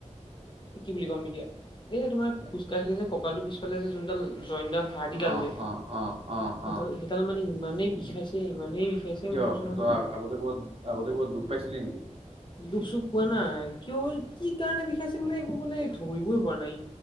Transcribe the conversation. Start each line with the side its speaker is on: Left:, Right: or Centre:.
Left: কি বুলি ক'ম এতিয়া, এই তোমাৰ খোজ কাঢ়িলে যে কঁকাল টো পিছফালে যে যোনডাল, জইনডাল হাৰ্ডিডাল
Right: অ
Left: যে
Right: অ অ অ
Left: সেইডাল,
Right: অ
Left: সেইডাল মানে ইমানেই বিষাইছে ইমানেই বিষাইছে
Right: কিয়
Left: মই কৈছো নহয়
Right: তই আগতে ক'বাত আগতে ক'বাত দুখ পাইছিলি নেকি?
Left: দুখ-চুখ পোৱা নাই। কিয়, কি কাৰণে বিষাইছে মানে। একো মানে ধৰিবই পৰা নাই